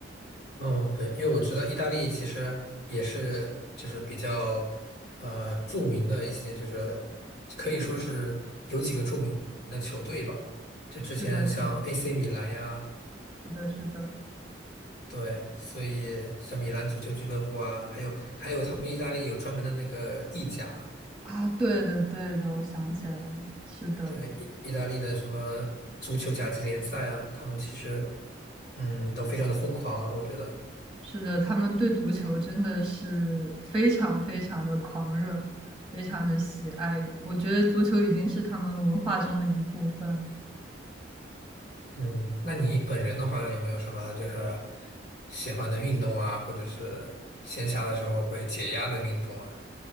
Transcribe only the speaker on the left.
嗯，对，因为我知道意大利其实也是就是比较呃著名的一些，就是可以说是有几个著名的球队吧。就之前像
AC 米兰呀，
对，所以像米兰足球俱乐部啊，还有还有他们意大利有专门的那个意甲，
对，意意大利的什么足球甲级联赛啊，他们其实嗯都非常的疯狂啊，我觉得。
嗯，那你本人的话，有没有什么就是喜欢的运动啊，或者是闲暇的时候会解压的运动啊？